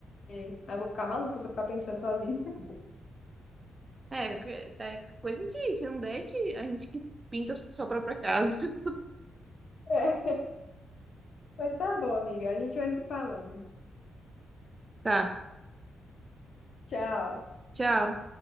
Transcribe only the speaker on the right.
É, que- é coisa de, se não der, é de- a gente que pinta a sua própria casa. <laughs>
Tá,
tchau.